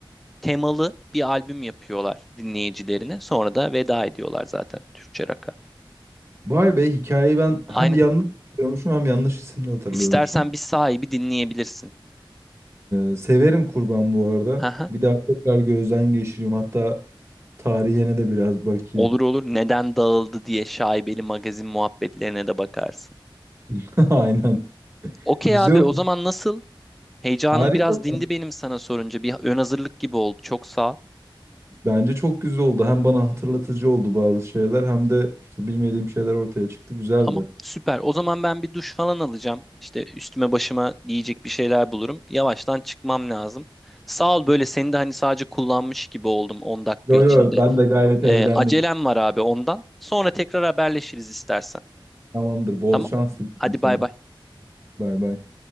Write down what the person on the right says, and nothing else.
Vay be hikayeyi ben
hem yanlış hatırlıyormuşum hem yanlış isimle hatırlıyormuşum.
E, severim kurban bu arada.
Bir daha tekrar gözden geçireyim. Hatta Tarihine de biraz bakayım.
<laughs> Aynen.
Güzel
oldu.
Harika.
Bence çok güzel oldu. Hem bana hatırlatıcı oldu bazı şeyler hem de işte bilmediğim şeyler ortaya çıktı. Güzeldi.
Yo
yo
ben de gayet eğlendim.
Tamamdır. Bol
şans diliyorum
sana.
Bay bay.